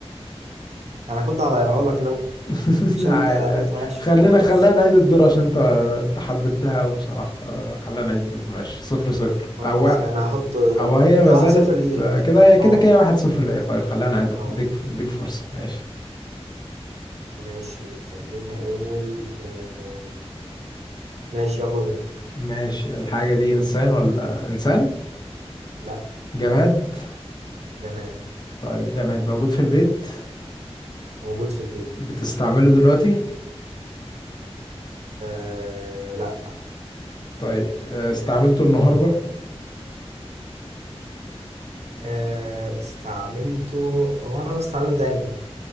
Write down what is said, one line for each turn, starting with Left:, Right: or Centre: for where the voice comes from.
Right: أنا كنت هغيرها لك لو
Left: <laughs>
Right: عشان
Left: عادي
Right: أنت قلت
Left: عادي
Right: مالكش
Left: خلينا
Right: في الكورة
Left: خلينا
Right: بس
Left: نعيد الدور عشان انت انت حددتها قوي بصراحة فخلينا نعيد الدور ماشي صفر صفر
Right: خلاص
Left: او
Right: يعني هحط
Left: او هي
Right: كده
Left: ما
Right: واحد
Left: زالت
Right: صفر ليك
Left: آه، كده هي كده
Right: اه
Left: كده واحد صفر ليه طيب خلينا نعيدها
Right: اه
Left: اديك اديك فرصة ماشي
Right: ماشي خليني اقول آه. ماشي يلا بينا
Left: ماشي الحاجة دي انسان ولا انسان
Right: لا
Left: جماد
Right: جماد
Left: طيب جماد موجود في البيت
Right: موجود في البيت
Left: بتستعمله دلوقتي
Right: آه لا
Left: طيب آه، استعملته النهاردة
Right: آه استعملته هو انا بستعمله دايما